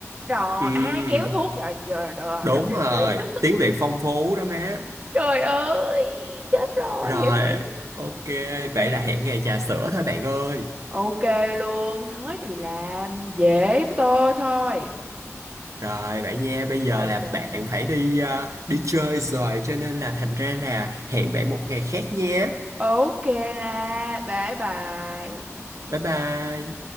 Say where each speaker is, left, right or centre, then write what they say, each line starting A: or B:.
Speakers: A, on the right; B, on the right.
A: rồi
B: Ừm,
A: à kéo thuốc rồi rồi rồi,
B: đúng
A: rồi hiểu
B: rồi
A: hiểu <laughs>
B: tiếng Việt phong phú đó má
A: trời ơi chết rồi
B: rồi
A: hiểu hiểu
B: ok vậy là hẹn ngày trà sữa thôi bạn ơi
A: ok luôn nói thì làm dễ với tôi thôi
B: Rồi bạn nha, bây giờ
A: Ok.
B: là bạn phải đi ờ, đi chơi rồi cho nên là thành ra là hẹn bạn một ngày khác nha.
A: ok là bye bye
B: Bye bye.